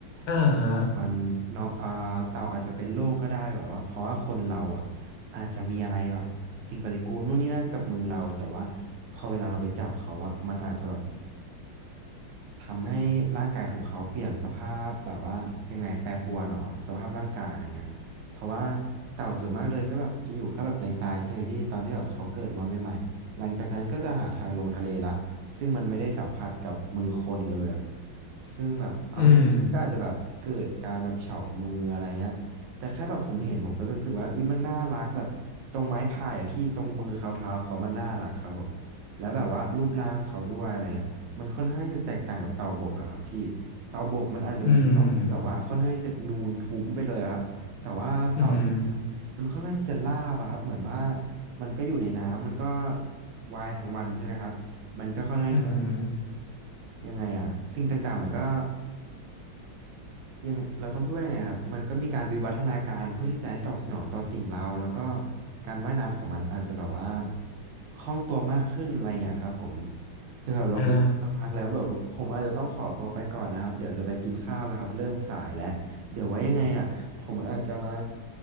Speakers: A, on the left; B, on the right.
A: อ่าฮะ
B: ถ้าจับมันเนาะอ่าเต่าอาจจะเป็นโรคก็ได้แบบว่าเพราะว่าคนเราอ่ะอาจจะมีอะไรแบบสิ่งปฏิกูลนู่นนี่นั่นกับมือเราแต่ว่าพอเวลาเราไปจับเขาอ่ะมันอาจจะแบบ ทำให้ร่างกายของเขาเปลี่ยนสภาพแบบว่ายังไงแปรปรวนหรอสภาพร่างกายอะไรเงี้ยเพราะว่าเต่าส่วนมากเลยก็แบบจะอยู่แค่แบบในทรายใช่ไหมพี่ตอนที่แบบเขาเกิดมาใหม่ๆหลังจากนั้นก็จะหาทางลงทะเลละซึ่งมันไม่ได้สัมผัสกับมือคนเลยอ่ะซึ่งแบบเอาง่ายๆก็อาจจะแบบเกิดการแบบเฉามืออะไรเงี้ยแต่แค่แบบผมเห็นผมก็รู้สึกว่าเอ้ยมันน่ารักแบบตรงไม้พายอะพี่ตรงมือเขาเท้าเขามันน่ารักครับผม
A: อืม
B: แล้วแบบว่ารูปร่างเขาด้วยอะไรเงี้ย มันค่อนข้างจะแตกต่างกับเตาบกอะครับพี่เตาบกมันอาจจะมีกรอบที่แบบว่าค่อนข้างที่จะนูนทุ้มไปเลยอะครับแต่ว่าเตา
A: อืมอืมอหืม
B: มันค่อนข้างที่จะลาบอะครับเหมือนว่ามันก็อยู่ในน้ำมันก็วายทั้งวันใช่ไหมครับมันก็ค่อนข้างที่จะ
A: ออือหือ
B: ยังไงอะสิ่งต่างๆมันก็ ยังไงเราต้องพูดว่ายังไงครับมันก็มีการวิวัฒนาการเพื่อที่จะให้ตอบสนองต่อสิ่งเราแล้วก็การว่ายน้ำของมันอาจจะแบบว่าคล่องตัวมากขึ้นอะไรเงี้ยครับผมแต่แบบเราคุยกันสักพักแล้วแบบว่าผมอาจจะต้องขอตัวไปก่อนนะครับเดี๋ยวจะไปกินข้าวแล้วครับเริ่มสายแล้วเดี๋ยวไว้ยังไงอ่ะผมอาจจะมา
A: อ่า